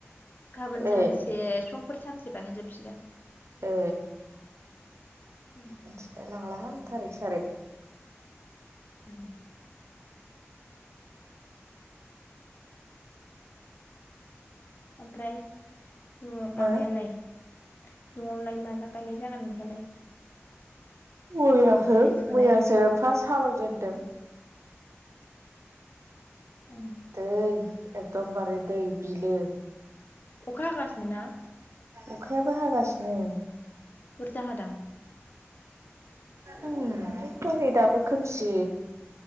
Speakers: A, on the left; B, on the right.
A: गाबोन
B: ए
A: सानसे समफोर सानसेबानो जोबसिगोन।
B: ए
A: उम
B: मिथिलाय लांलाहाय थारिख सारिख।
A: उम। ओमफ्राय नु
B: हो
A: माबायालाय? न'आवलाय माला गायनाय जागोन नोंसोरलाय?
B: मैया हो
A: फुनायालाय
B: मैयासो फार्स्ट हालेवजेनदों।
A: ओं।
B: दै एकदमबारे दै बिलो।
A: अखा हागासिनो ना?
B: अखायाबो हागासिनो।
A: बुरजा हादों?
B: उम <unintelligible> दाबो खोमसि